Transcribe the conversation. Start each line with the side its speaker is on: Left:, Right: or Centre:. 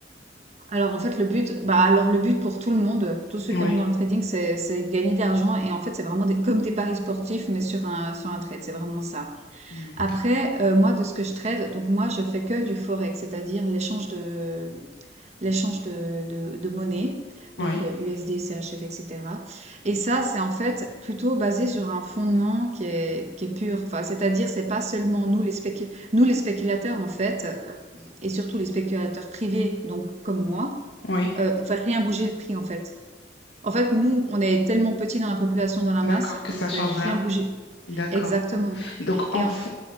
Right: Alors, en fait, le but, bah, alors le but pour tout le monde, tous ceux
Left: Oui.
Right: qui rentrent dans le trading, c'est, c'est de gagner de l'argent. Et en fait, c'est vraiment des, comme des paris sportifs, mais sur un, sur un trade. C'est vraiment ça.
Left: Mm.
Right: Après, euh, moi, de ce que je trade, donc moi, je fais que du forex, c'est-à-dire l'échange de, l'échange de, de, de monnaie,
Left: Oui,
Right: donc euh, USD, CHF, etc. Et cetera. Et ça, c'est en fait plutôt basé sur un fondement qui est, qui est pur. Enfin, c'est-à-dire, c'est pas seulement nous les, spécu- nous, les spéculateurs, en fait, euh, et surtout les spéculateurs privés, donc comme moi,
Left: oui.
Right: euh, on fait rien bouger le prix, en fait. En fait, nous, on est tellement petits dans la population, dans la
Left: D'accord,
Right: masse,
Left: que
Right: on
Left: ça
Right: fait
Left: change rien.
Right: rien bouger.
Left: D'accord.
Right: Exactement.
Left: Donc
Right: Et
Left: en,
Right: en
Left: fon-
Right: f-